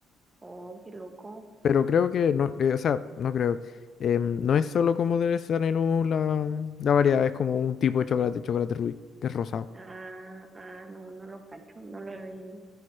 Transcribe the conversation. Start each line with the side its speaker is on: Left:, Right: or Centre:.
Right: Oh, qué loco.
Left: Pero creo que no, eh, o sea, no creo. Em, no es solo como de Sanenú la, la variedad, es como un tipo de chocolate, chocolate rubí, que es rosado.
Right: Ah, ah, no, no lo cacho, no lo, he-